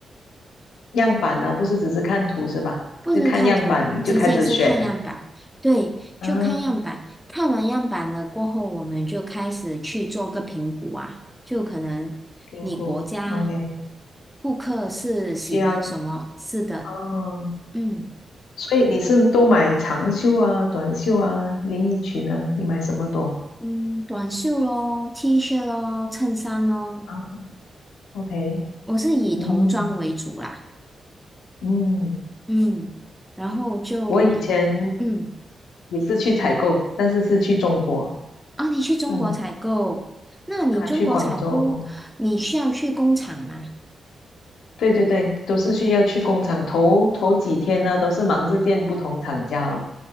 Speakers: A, on the left (about 85°); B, in the centre.
A: 样板呢、不是只是看图是吧？
B: 不是看图，
A: 就看样板你就开始选了。
B: 直接是看样板。对，
A: 啊，
B: 就看样板，看完样板了过后，我们就开始去做个评估啊，就可能你国家
A: 评估，OK，
B: 顾客是喜欢什么，
A: 需要
B: 是的，
A: 哦。
B: 嗯。
A: 所以你是都买长袖啊、短袖啊、连衣裙啊，你买什么多
B: 嗯，短袖咯，T 恤咯，衬衫咯，
A: 啊？OK，
B: 我是以童装为主啦。
A: 嗯嗯，
B: 嗯，然后就
A: 我以前
B: 嗯，
A: 也是去采购，但是是去中国，
B: 哦，你去中国采购，
A: 嗯
B: 那你中国采购，
A: 啊，去广州，
B: 你需要去工厂吗？
A: 对对对，都是需要去工厂。头头几天呢，都是忙着见不同厂家咯。